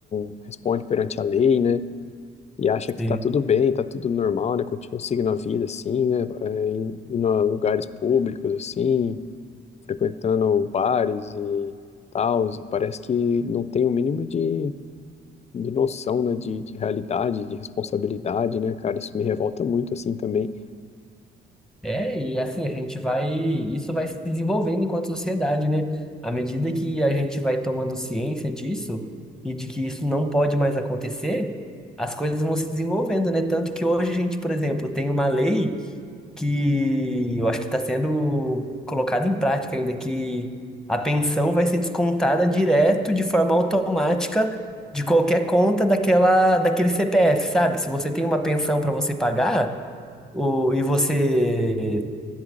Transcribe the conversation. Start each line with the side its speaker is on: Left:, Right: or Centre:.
Left: não responde perante a lei, né, e acha que
Centre: Sim.
Left: tá tudo bem, tá tudo normal, né, continua seguindo a vida, assim, né, é, em- indo a lugares públicos, assim, frequentando bares e tal, e parece que não tem o mínimo de, de noção, né, de, de realidade, de responsabilidade, né, cara? Isso me revolta muito, assim, também.
Centre: É, e assim, a gente vai, isso vai se desenvolvendo enquanto sociedade, né? À medida que a gente vai tomando ciência disso e de que isso não pode mais acontecer, as coisas vão se desenvolvendo, né? Tanto que hoje a gente, por exemplo, tem uma lei. que eu acho que está sendo colocado em prática ainda, que a pensão vai ser descontada direto de forma automática de qualquer conta daquela, daquele CPF, sabe? Se você tem uma pensão para você pagar, o, e você